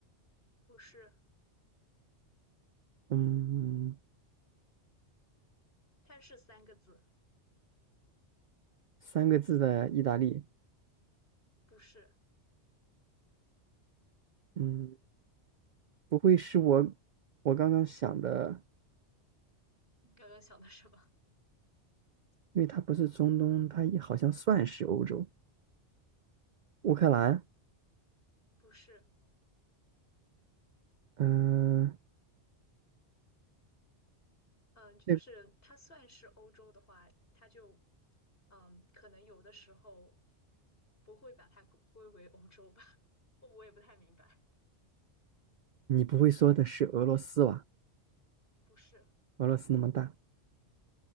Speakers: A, on the left; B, on the right.
A: 不是，
B: 嗯，
A: 它是三个字，
B: 三个字的意大利，
A: 不是。
B: 嗯，不会是我我刚刚想的，
A: 你刚刚想的什么？
B: 因为它不是中东，它也好像算是欧洲，乌克兰，
A: 不是，
B: 嗯、
A: 嗯，就是它算是欧洲的话，
B: 那
A: 它就，嗯，可能有的时候不会把它归归为欧洲吧？<laughs> 我也不太明白。
B: 你不会说的是俄罗斯吧？
A: 不是，
B: 俄罗斯那么大，